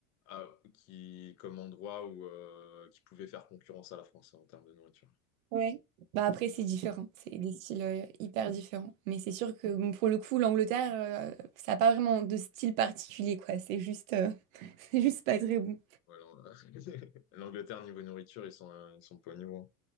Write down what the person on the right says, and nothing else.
Ouais. Bah après, c'est différent. C'est des styles euh, hyper différents. Mais c'est sûr que bon, pour le coup, l'Angleterre, euh, ça n'a pas vraiment de style particulier, quoi. C'est juste, euh, <laughs> c'est juste pas très bon.